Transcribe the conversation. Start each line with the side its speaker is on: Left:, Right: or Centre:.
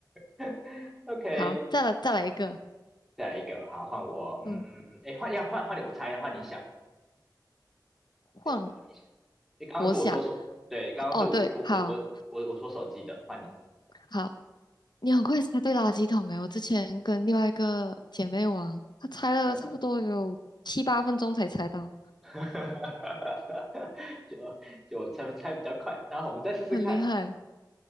Centre: <laughs>，OK。
Left: 好，再来再来一个，
Centre: 好。再来一个，好，换我，嗯，
Left: 嗯，
Centre: 哎，换要换换你，我猜，换你想，
Left: 换
Centre: 对，那你想，哎，刚刚是我说手，
Left: 我想，
Centre: 对，刚刚是我我我我我说手机的，
Left: 哦对，好
Centre: 换你，
Left: 好，你很快猜对垃圾桶诶，我之前跟另外一个姐妹玩，她猜了差不多有七八分钟才猜到，
Centre: 嗯，<laughs> 就就我猜猜比较快，然后我们再试试看，
Left: 很厉害。